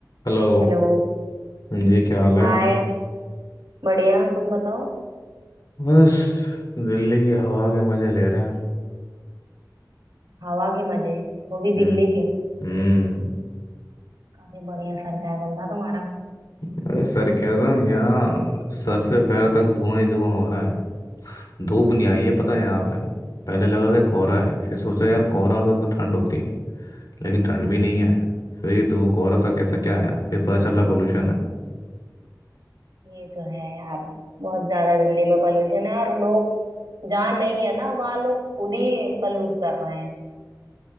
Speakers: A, on the left; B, on the right.
A: Hello
B: Hello
A: हाँ जी क्या हाल है
B: Hi बढ़िया तुम बताओ
A: बस दिल्ली की हवा के मजे ले रहे हैं
B: हवा के मजे वो भी
A: हम्म
B: दिल्ली के
A: हम्म,
B: काफी बढ़िया सरकाजम था तुम्हारा
A: अरे सरकेज़म यहाँ सर से पैर तक धुआं ही धुआं हो रहा है धूप नहीं आई है पता है यहाँ पे पहले लगा कि कोहरा है फिर सोचा यार कोहरा होता तो ठंड होती लेकिन ठंड भी नहीं है फिर ये धुआं कोहरा सा कैसा क्या आया फिर पता चला पोल्यूशन है
B: ये तो है यार बहुत ज्यादा दिल्ली में पोल्यूशन है और लोग जहाँ नहीं है ना वहाँ लोग खुद ही पल्यूट कर रहे हैं